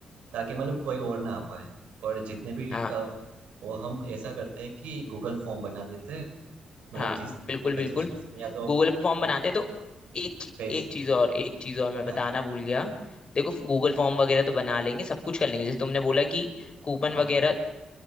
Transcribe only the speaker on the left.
हाँ
हाँ
बिल्कुल
बिल्कुल
गूगल फॉर्म
बनाते तो
एक ची-
एक चीज और
एक चीज और मैं
बताना भूल गया देखो गूगल फॉर्म वगैरह तो बना लेंगे सब कुछ कर लेंगे जैसे तुमने बोला कि कूपन
वगैरह